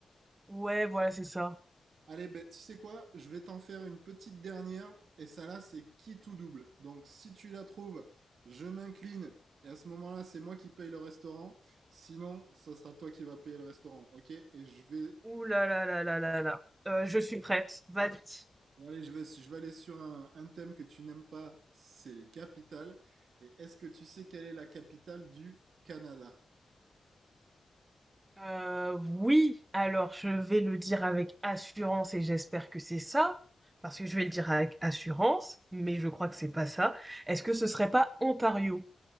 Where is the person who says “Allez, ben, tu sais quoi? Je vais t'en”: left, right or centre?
Right